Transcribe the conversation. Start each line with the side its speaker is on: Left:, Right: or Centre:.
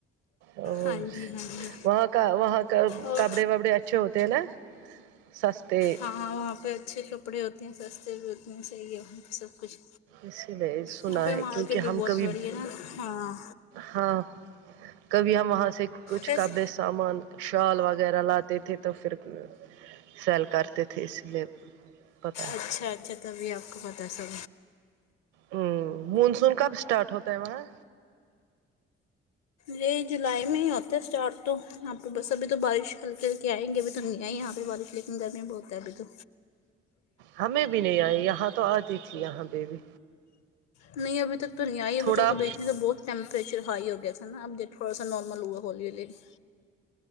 Right: اور
Left: ہاں جی ہاں جی
Right: وہاں کا وہاں کا
Left: اور
Right: کپڑے وپڑے اچھے ہوتے ہیں نا سستے
Left: ہاں وہاں پہ اچھے کپ ڑے ہوتے ہیں سستے بھی ہوتے ہیں صحیح وہاں پہ سب کچھ
Right: اسی لیے سنا
Left: یہاں پہ
Right: ہے
Left: مارکیٹ
Right: کیونکہ
Left: بھی
Right: ہم
Left: بہت
Right: کبھی
Left: بڑی ہے نا ہاں
Right: ہاں کبھی ہم وہاں سے کچھ
Left: بس
Right: کپڑے سامان شال وغیرہ لاتے تھے تو پھر سیل کرتے تھے اس لیے پتہ ہے
Left: اچھا اچھا تبھی آپ کو پتا سب
Right: ہمم مونسون کب اسٹارٹ ہوتا ہے وہاں
Left: مے جولائی میں ہی ہوتا ہے اسٹارٹ تو یہاں پہ بس ابھی تو بارش ہلکے ہلکے آئیں گی ابھی نیا ہے یہاں پہ بارش لیکن گرمی بہت ہے ابھی تو
Right: ہمیں بھی نہیں آئی یہاں تو آتی تھی یہاں پہ بھی
Left: نہیں ابھی تک تو نہیں آئی ابھی
Right: تھوڑا
Left: تک تو بیچنے تو بہت ٹمپریچر ہائی ہو گیا تھا نا اب ج تھوڑا سا نارمل ہوا ہولی ہولی نہیں